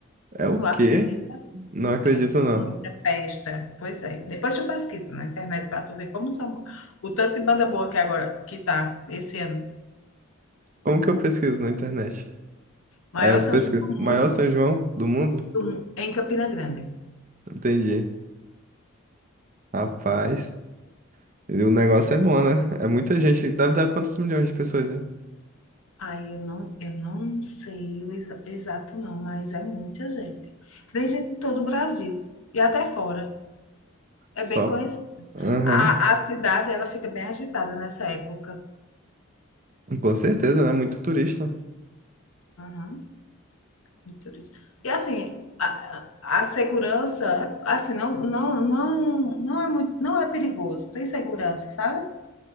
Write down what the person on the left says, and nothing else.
Tu
acredita?
É muita
festa. Pois é. Depois tu pesquisa na internet para tu ver como são... O tanto de banda boa que agora que tá esse ano.
Maior
São
João do
mundo
do- em Campina Grande.
Aí eu não, eu não sei o exa- exato não, mas é muita gente. Vem gente de todo o Brasil e até fora. É
bem conhecido.
A, a cidade, ela fica bem agitada nessa época.
Uhum, muito isso. E assim, a, a a segurança, é- assim, não, não, não, não é muito, não é perigoso. Tem segurança, sabe?